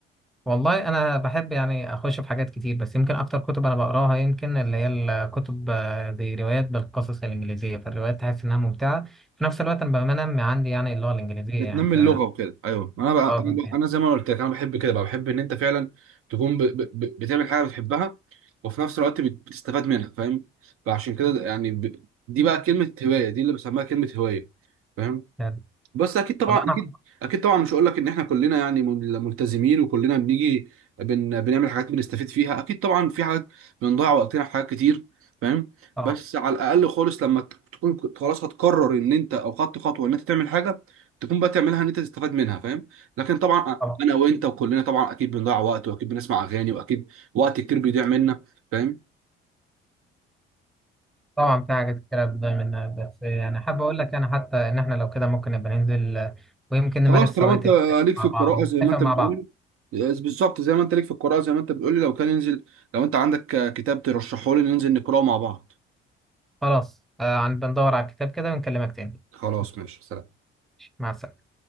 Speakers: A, in the centre; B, on the right (about 50°).
A: والله انا بحب يعني اخش في حاجات كتير بس يمكن اكتر كتب انا بقراها يمكن اللي هي الكتب آه، زي روايات بالقصص الانجليزيه فالروايات تحس انها ممتعه في نفس الوقت انا بنمي عندي يعني اللغه الانجليزيه
B: بتنمي
A: يعني ف
B: اللغه وكده ايوه ما انا بقى
A: اه بالظبط.
B: انا بقى انا زي ما قلت لك انا بحب كده بقى بحب ان انت فعلا تكون ب... ب... ب- بتعمل حاجه بتحبها وفي نفس الوقت بت- بتستفاد منها فاهم فعشان كده يعني ب... دي بقى كلمه هوايه دي اللي بسميها كلمه هوايه فاهم
A: يعني
B: بس اكيد طبعا
A: والله
B: اكيد
A: انا
B: اكيد طبعا مش هقول لك ان احنا كلنا يعني مل- ملتزمين وكلنا بنيجي بن بنعمل حاجات بنستفيد فيها اكيد طبعا في حاجات بنضيع وقتنا في حاجات كتير فاهم
A: طبعا
B: بس على الاقل خالص لما ت- تكون كنت خلاص هتقرر ان انت او خدت خطوه ان انت تعمل حاجه تكون بقى تعملها ان انت تستفاد منها فاهم لكن طبعا
A: طبعا
B: انا وانت وكلنا طبعا اكيد بنضيع وقت واكيد بنسمع اغاني واكيد وقت كتير بيضيع منا فاهم
A: طبعا في حاجات كتير بتضيع منها بس يعني حابب اقول لك يعني حتى ان احنا لو كده ممكن نبقى ننزل آه، ويمكن نمارس
B: خلاص طالما
A: هوايات
B: انت
A: المشي
B: ليك في
A: مع
B: القراءة
A: بعض ونتفق
B: زي ما انت
A: مع
B: بتقولي
A: بعض
B: بالظبط زي ما انت ليك في القراءة زي ما انت بتقولي لو كان ينزل لو انت عندك كتاب ترشحه لي ننزل نقراه مع بعض
A: خلاص آه، عن بندور على الكتاب كده ونكلمك تاني
B: خلاص ماشي سلام
A: مع السلامه